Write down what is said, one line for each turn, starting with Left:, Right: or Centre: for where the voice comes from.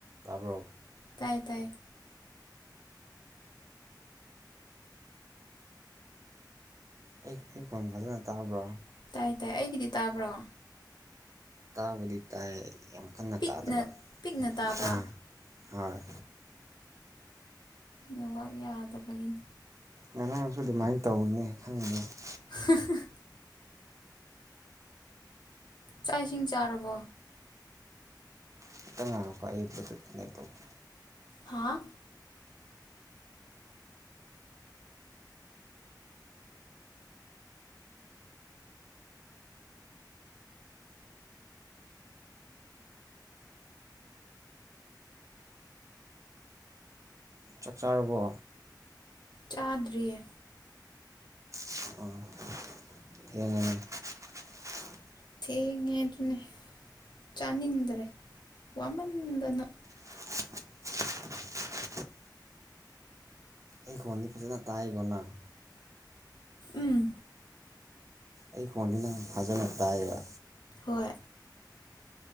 Right: ꯇꯥꯕ꯭ꯔꯣ
Left: ꯇꯥꯏ ꯇꯥꯏ
Right: ꯑꯩ ꯑꯩ ꯈꫭꯟ ꯐꯖꯅ ꯇꯥꯕ꯭ꯔꫭ
Left: ꯇꯥꯏ ꯇꯥꯏ ꯑꯩꯒꯤꯗꯤ ꯇꯥꯕ꯭ꯔꯣ
Right: ꯇꯥꯕꯨꯗꯤ ꯇꯥꯏ ꯌꯥꯝ ꯀꯟꯅ
Left: ꯄꯤꯛꯅ
Right: ꯇꯥꯗꯕ
Left: ꯄꯤꯛꯅ ꯇꯥꯕ꯭ꯔꯥ
Right: ꯑꯥ ꯍꯣꯏ
Left: ꯅ°ꯠꯋꯥꯛ ꯌꯥꯗꯕꯒꯤꯅꯤ
Right: ꯉꯔꯥꯡꯁꯨ ꯑꯗꯨꯃꯥꯏꯅ ꯇꯧꯋꯤꯅꯦ ꯈꯪ <inaudible>
Left: <inaudible> ꯆꯥꯛ ꯏꯁꯤꯡ ꯆꯥꯔꯕꯣ
Right: ꯑꯃꯇꯥ ꯉꯥꯏꯉꯛꯀꯣ ꯑꯩ ꯕ꯭ꯂꯨꯇꯨꯠ ꯀꯗꯦꯛ ꯇꯧꯒꯦ
Left: ꯍꯥꯥ
Right: ꯆꯥꯛ ꯆꯥꯔꯕꯣ
Left: ꯆꯥꯗꯔꯤꯌꯦ
Right: <inaudible> ꯊ°ꯡꯉ°ꯅ° <inaudible>
Left: ꯊꯦꯡꯉꯦ ꯑꯗꯨꯅꯦ ꯆꯥꯅꯤꯡꯗꯔꯦ ꯋꯥꯃꯟꯗꯅꯥ
Right: <inaudible> ꯑꯦ ꯈꫭꯟꯗꯤ ꯐꯖꯅꯥ ꯇꯥꯏ ꯀꫭ ꯅꯪ
Left: ꯎꯝ
Right: ꯑꯩ ꯈꯣꯟꯗꯤ ꯅꯪ ꯐꯖꯅ ꯇꯥꯏꯌꯦꯕ
Left: ꯍꯣꯏ